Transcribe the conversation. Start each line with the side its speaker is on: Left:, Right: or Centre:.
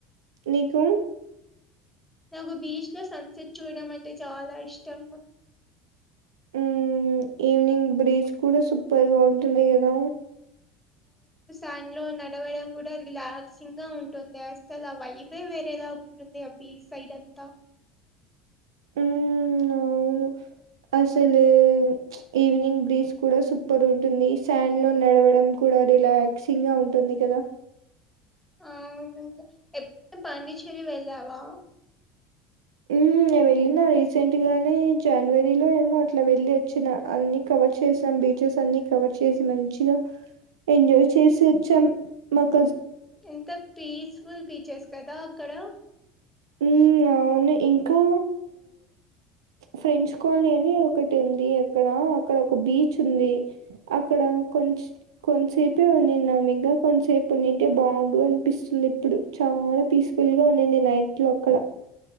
Right: నీకు
Centre: నాకు బీచ్ లో సన్సెట్ చూడం అంటే చాలా ఇష్టం
Right: ఉ ఈవినింగ్ బ్రీజ్ కూడా సూపర్గా ఉంటుంది, కదా
Centre: అ న్ లో నడవడం కూడా రిలాక్సింగ్ గా ఉంటుంది అస్సలు ఆ వైబే వేరేలాగా ఉంటుంది బీచ్ సైడ్ అంత
Right: మ్మ్, <unintelligible> అసలు ఈవినింగ్ బ్రీజ్ కూడా సూపర్ ఉంటుంది ఈ శాండ్ లో నడవడం కూడా రిలాక్సింగ్ గా ఉంటుంది కదా
Centre: అవును ఎప్పు పాడిచ్చేరి వెళ్ళవా
Right: హ్మ్మ్ నేనేళ్ళిన రీసెంట్ గానే జనవరిలో ఏమో అట్లా వెళ్ళి వచ్చినా అన్ని కవర్ చేశాను బీచెస్ అన్ని కవర్ చేసి మంచి గా ఎంజాయ్ చేసి వచ్చాం మాకు
Centre: ఎంత పీస్ఫుల్ బీచెస్ కదా అక్కడ
Right: హ్మ్మ్ అవును ఇంకా ఫ్రెంచ్ కాలనీ అని ఒకటి ఉంది అక్కడ అక్కడ ఒక బీచ్ ఉంది అక్కడ కొ కొం సేపు ఉన్నినం ఇంకా కొంతసేపు ఉండింటే బాగుండు అనిపిస్తుంది ఇప్పుడు చ చాలా పీస్ఫుల్ గా ఉండినిది నైట్ లో అక్కడ